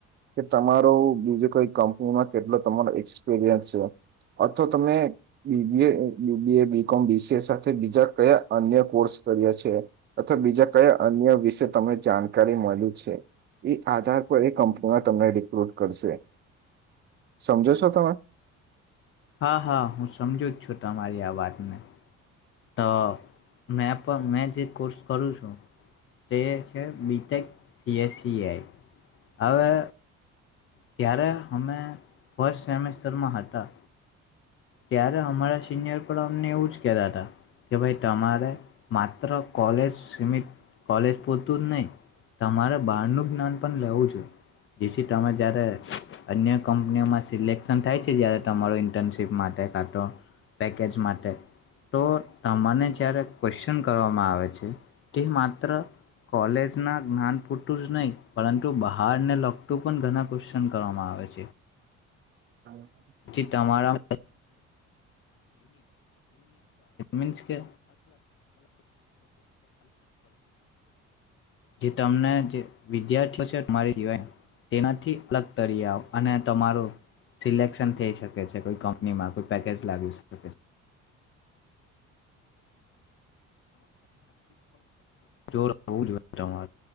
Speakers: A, on the right; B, on the left.
A: કે તમારો બીજું કોઈ કંપનીમાં કેટલો તમારો એક્સપિરિયન્સ છે. અથવા તમે બીબીએ, બીબીએ, બીકોમ, બીસીએ સાથે બીજા કયા અન્ય કોર્સ કર્યા છે. અથવા બીજા કયા અન્ય વિશે તમને જાણકારી મળી છે. એ આધાર પર એ કંપનીમાં તમને રિક્રુટ કરશે. સમજો છો? તમે
B: હા હા હું સમજુ જ છું તમારી આ વાતને. તો મે પણ મે જે કોર્સ કરું છું તે બી તક સીએસસીઆ હવે ત્યારે અમે ફસ્ટ સેમેસ્ટરમાં હતા ત્યારે અમારા સિનિયર પણ અમને એવું જ કેતા હતા કે ભાઈ તમારે માત્ર કોલેજ કોલેજ પોતું જ નહીિ તમારે બાર નું જ્ઞાન પણ લેવું જો જેથી તમે જયારે અન્ય કંપનીઓમાં સિલેક્શન થાય છે જ્યારે તમારો ઇન્ટર્નશીપ માટે પેકેજ માટે તો તમાને જ્યારે ક્વેશ્ચન કરવામાં આવે છે તે માત્ર કોલેજના જ્ઞાન પૂરતું જ નહીં પરંતુ બહારને લગતું પણ ઘણા ક્વેશ્ચન કરવામાં આવે છે
A: હા
B: િકયુનિકતા મી કે જે તમને જે વિદ્યાર્થીઓ છેરી જીન તેનાથી અલગ તરી આવ અને તમારો સિલેક થઈ શકે છે કોઈ કંપનીમાં કોઈ પેકેજ લાગી શકે છે જો જોઈ તમા